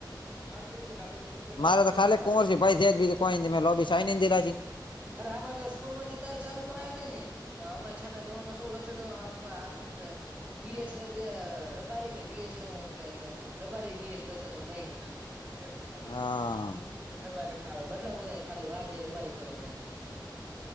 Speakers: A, on the right; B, on the left.
A: <inaudible>
B: મારે તો ખાલી
A: ખાતા
B: કુંવર
A: પેટ
B: છે
A: કરવા
B: ભાઈ જે
A: માટે
B: બીજુ કોઈ <unintelligible>
A: અરે અમારે તો સ્કૂલ માંથી તાર ચાલુ કરાવી તને તો અમે છઠા ધોરણમાં <inaudible> <inaudible> વી એસ તે રબારી કે વી એસ કે રબારી વી એસ લખસો તો નહી <inaudible> ભ
B: હા
A: રબારી બદલા બો ખાલી વાહ જ રબારી કરવા